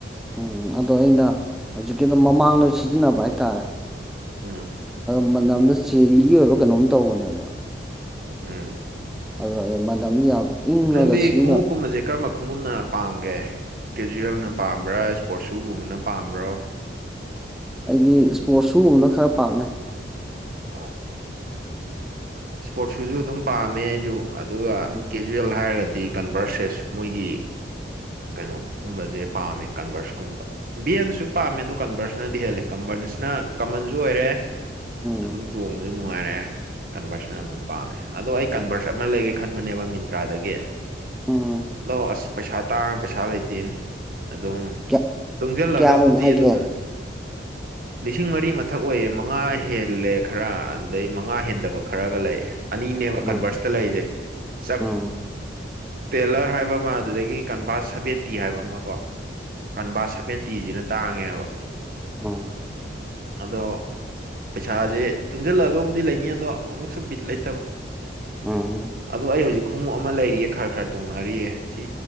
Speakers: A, in the centre; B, on the right.
A: ꯎꯝ ꯑꯗꯣ ꯑꯩꯅ ꯍꯧꯖꯤꯛꯀꯤ ꯑꯗꯨꯝ ꯃꯃꯥꯡꯗꯣ ꯁꯤꯖꯤꯟꯅꯕ ꯍꯥꯏꯇꯥꯔꯦ
B: ꯎꯝ
A: ꯑꯗ ꯃꯅꯝꯗ ꯆꯦꯔꯤꯒꯤ ꯑꯣꯏꯕ ꯀꯩꯅꯣꯝ ꯇꯧꯕꯅꯦꯕ
B: ꯎꯝ
A: ꯑꯗꯣ ꯑꯩ ꯃꯗꯨ ꯌꯥꯝ ꯏꯪꯉꯒ
B: ꯅꯪꯗꯤ
A: ꯁꯤꯖꯤꯟꯅ
B: ꯈꯉ ꯀꯨꯝꯃꯁꯦ ꯀꯃ ꯈꯣꯡꯒꯨꯝꯅ ꯄꯥꯝꯒꯦ ꯀꯦꯖꯨꯋꯦꯜꯅ ꯄꯥꯝꯕ꯭ꯔꯥ ꯏꯁꯄꯣꯔꯠ ꯁꯨꯒꯨꯝꯕꯅ ꯄꯥꯝꯕ꯭ꯔꯥ
A: ꯑꯩꯗꯤ ꯏꯁꯄꯣꯔꯠ ꯁꯨꯒꯨꯝꯕꯅ ꯈꯔ ꯄꯥꯝꯃꯦ
B: ꯑ ꯏꯁꯄꯣꯔꯠ ꯁꯨꯁꯨ ꯑꯗꯨꯝ ꯄꯥꯝꯃꯦ ꯑꯩꯁꯨ ꯑꯗꯨꯒ
A: ꯎꯝ
B: ꯀꯦꯖꯨꯋꯦꯜ ꯍꯥꯏꯔꯒꯗꯤ ꯀꯟꯚꯔꯁꯦꯁ ꯃꯣꯏꯒꯤ ꯀꯩꯅꯣꯒꯨꯝꯕꯁꯦ ꯄꯥꯝꯃꯦ ꯀꯟꯚꯔꯁꯀꯨꯝꯕ ꯕꯤ ꯑꯦꯟꯁꯨ ꯄꯥꯝꯃꯦ ꯑꯗꯣ ꯀꯟꯚꯔꯁꯅꯗꯤ ꯍꯦꯜꯂꯦ ꯀꯟꯚꯔ ꯅ ꯀꯃꯟꯁꯨ ꯑꯣꯏꯔꯦ
A: ꯎꯝ
B: ꯑꯗꯨꯝ ꯇꯣꯡꯕꯁꯨ ꯅꯨꯡꯉꯥꯏꯔꯑꯦ ꯀꯟꯚꯔꯁꯟ ꯑꯃꯨꯛ ꯄꯥꯝꯃꯦ ꯑꯗꯣ ꯑꯩ ꯀꯟꯚꯔꯁꯟ ꯑꯃ ꯂꯩꯒꯦ ꯈꯟꯕꯅꯦꯕ ꯃꯤꯟꯇ꯭ꯔꯥꯗꯒꯤ
A: ꯎꯝ
B: ꯑꯗꯣ ꯑꯁ ꯄꯠ ꯇꯥꯡ ꯄꯩꯁꯥ ꯂꯩꯇꯦꯅꯤ ꯑꯗꯨꯝ
A: ꯀꯌꯥ
B: ꯇꯨꯡꯁꯤꯜꯂꯒꯕꯨꯗꯤ
A: ꯀꯌꯥꯃꯨꯛ ꯍꯥꯏꯒꯦ
B: ꯑꯗꯨꯝ
A: <inaudible>
B: ꯂꯤꯁꯤꯡ ꯃꯔꯤ ꯃꯊꯛ ꯑꯣꯏꯌꯦꯦ ꯃꯉꯥ ꯍꯦꯜꯂꯦ ꯈꯔ ꯑꯗꯨꯗꯩ ꯃꯉꯥ ꯍꯦꯟꯗꯕ ꯈꯔꯒ ꯂꯩꯌꯦ ꯑꯅꯤꯅꯦꯕ
A: ꯎꯝ
B: ꯀꯟꯚꯔꯁꯇ ꯂꯩꯔꯤꯁꯦ ꯆꯥꯛ
A: ꯎꯝ
B: ꯇꯦꯂꯔ ꯍꯥꯏꯕ ꯑꯃ ꯑꯗꯨꯗꯒꯤ ꯀꯟꯕꯥ ꯁꯚꯦꯟꯇꯤ ꯍꯥꯏꯕ ꯑꯃ ꯀꯣ ꯀꯟꯕꯥ ꯁꯚꯦꯟꯇꯤꯁꯤꯅ ꯇꯥꯡꯉꯦꯕ
A: ꯎ
B: ꯑꯗꯣ ꯄꯩꯁꯥꯁꯦ ꯇꯨꯡꯁꯤꯜꯂꯛꯒꯕꯨꯗꯤ ꯂꯩꯅꯤ ꯑꯗꯣ ꯑꯃꯨꯛꯁꯨ ꯕꯤꯠ ꯂꯩꯇꯕ
A: ꯎꯝ
B: ꯑ ꯑꯩ ꯍꯧꯖꯤꯛ ꯈꯣꯡꯎꯞ ꯑꯃ ꯂꯩꯔꯤꯌꯦ ꯈꯔ ꯈꯔ ꯇꯣꯡꯅꯔꯤꯑ ꯁꯤ